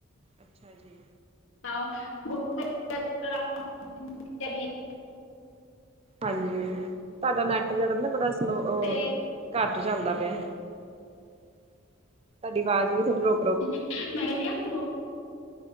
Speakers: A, on the right (about 30°); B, on the left (about 75°).
A: ਅੱਛਾ ਜੀ।
B: <unintelligible>
A: ਹਾਂਜੀ ਤੁਹਾਡਾ ਨੈਟ ਵਰਕ ਨਾ ਬੜਾ ਸਲੋ
B: ਤੇ
A: ਘੱਟ ਚੱਲਦਾ ਪਿਆ ਤੁਹਾਡੀ ਆਵਾਜ਼ ਵੀ ਥੋਡੀ ਰੋਕ
B: <unintelligible> ਮੈਂ ਕਹਿੰਦੀ ਹਾਂ ਗੋਕੁਲ